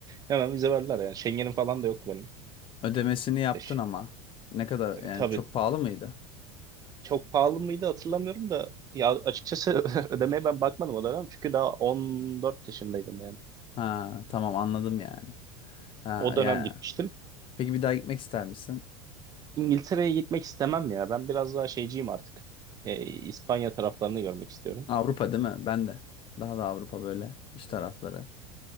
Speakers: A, on the right; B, on the left.
A: Hemen vize verdiler yani. Schengen'im falan da yoktu benim.
B: Ödemesini yaptın
A: E, ş-
B: ama. Ne kadar
A: e,
B: yani
A: tabii
B: çok pahalı mıydı?
A: çok pahalı mıydı hatırlamıyorum da ya açıkçası <laughs> ödemeye ben bakmadım o dönem. Çünkü daha 14 yaşındaydım yani.
B: Ha tamam anladım yani. Ha
A: O dönem
B: yani.
A: gitmiştim.
B: Peki bir daha gitmek ister misin?
A: İngiltere'ye gitmek istemem ya. Ben biraz daha şeyciyim artık. Ee, İspanya taraflarını görmek istiyorum.
B: Avrupa değil mi? Ben de. Daha da Avrupa böyle iş tarafları.